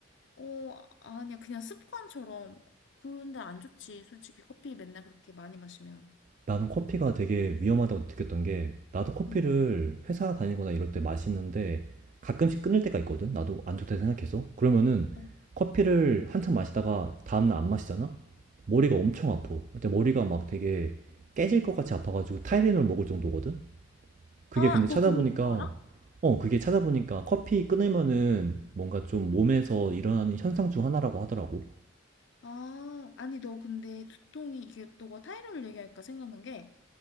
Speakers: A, on the left; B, on the right.
A: 어, 아니야. 그냥 습관처럼. 근데 안 좋지. 솔직히 커피 맨날 그렇게 많이 마시면.
B: 나는 커피가 되게 위험하다고 느꼈던 게, 나도 커피를
A: 응.
B: 회사 다니거나 이럴 때 마시는데, 가끔씩 끊을 때가 있거든? 나도 안 좋다 생각해서. 그러면은,
A: 어,
B: 커피를 한참 마시다가 다음날 안 마시잖아? 머리가
A: 어.
B: 엄청 아파. 근데 머리가 막 되게 깨질 것 같이 아파가지고 타이레놀 먹을 정도거든? 그게
A: 아,
B: 근데 찾아보니까,
A: 너 근데 그거 알아?
B: 어, 그게 찾아보니까 커피 끊으면은 뭔가 좀 몸에서 일어나는 현상 중 하나라고 하더라고.
A: 아, 아니, 너 근데 두통이, 이게 너가 타이레놀 얘기하니까 생각난 게,